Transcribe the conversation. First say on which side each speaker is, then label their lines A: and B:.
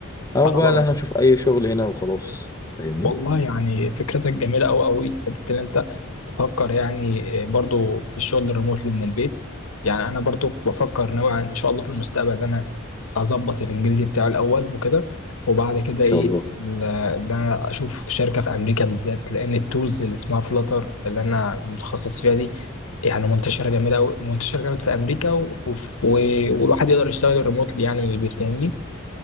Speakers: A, on the left; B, on the left.
A: او
B: انا
A: بقى
B: برضه
A: ان انا اشوف اي شغل هنا وخلاص فاهمني
B: والله
A: ان
B: يعني فكرتك جميلة قوي قوي حتة ان انت بفكر يعني آه، برضو في الشغل الريموتلي من البيت يعني انا برضو بفكر نوعا ان شاء الله في المستقبل ان انا اظبط الانجليزي بتاعي الاول وكده وبعد كده
A: شاء
B: ايه
A: الله
B: ال- ان انا اشوف شركه في امريكا بالذات لان التولز اللي اسمها فلاتر اللي انا متخصص فيها دي يعني منتشره جامد قوي منتشره جامد في امريكا و... وف- و... والواحد يقدر يشتغل ريموتلي يعني من البيت فاهمني